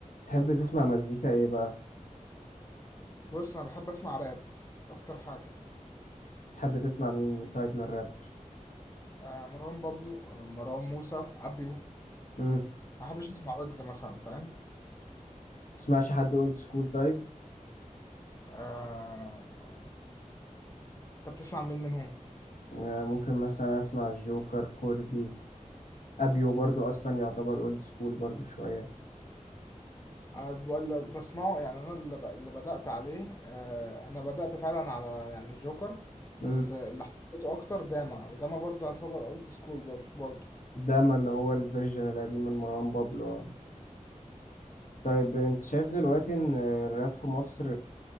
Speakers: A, on the left (about 80°); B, on the left (about 25°).
A: تحب تسمع مزيكا ايه بقى
B: بص انا بحب اسمع راب اكتر حاجه
A: تحب تسمع مين طيب من الرابرز
B: آه مروان بابلو آه مروان موسى ابيو
A: امم
B: ما بحبش اسمع ويجز مثلا فاهم
A: تسمعش حد اولد سكول طيب
B: آه انت بتسمع مين منهم
A: آه، ممكن مثلا اسمع الجوكر كوردي ابيو برضو اصلا يعتبر اولد سكول برضو شويه
B: آه ولا بسمعه يعني انا اللي, ب... اللي بدات عليه آه انا بدات فعلا على يعني الجوكر
A: امم
B: بس آه، اللي حبيته اكتر داما وداما برضه يعتبر اولد سكول برضه برضه
A: ده ما اللي هو الفيرجن القديم من مروان بابلو طيب انت شايف دلوقتي ان الراب في مصر